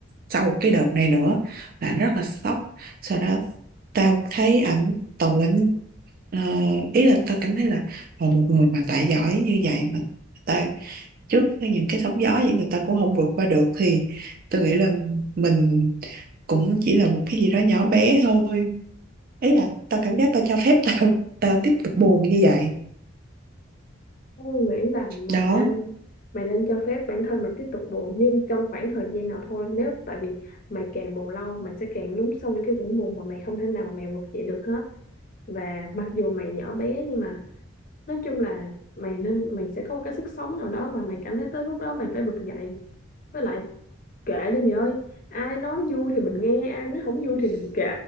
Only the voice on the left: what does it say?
Tôi nghĩ là mày
nên mày nên cho phép bản thân mày tiếp tục buồn nhưng trong khoảng thời gian nào thôi nếu tại vì mày càng buồn lâu mày sẽ càng lún sâu vô cái vũng buồn mà mày không thể nào mà mày vực dậy được hết và mặc dù mày nhỏ bé nhưng mà nói chung là mày nên mày sẽ có một cái sức sống nào đó mà mày cảm thấy tới lúc đó mày phải vực dậy với lại kệ đi mày ơi ai nói vui thì mình nghe ai nói không vui thì mình kệ